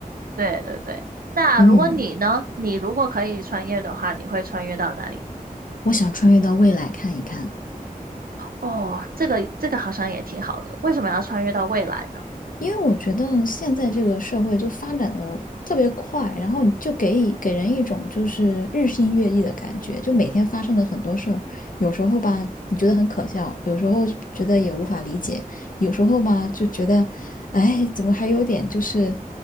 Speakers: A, on the right (about 75°); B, on the left (about 65°).
A: 对对对。那如果你呢？
B: 嗯，
A: 你如果可以穿越的话，你会穿越到哪里？
B: 我想穿越到未来看一看。
A: 哦，这个这个好像也挺好的。为什么要穿越到未来呢？
B: 因为我觉得现在这个社会就发展的特别快，然后就给以给人一种就是日新月异的感觉，就每天发生的很多事儿，有时候吧你觉得很可笑，有时候觉得也无法理解，有时候吧就觉得，哎，怎么还有点就是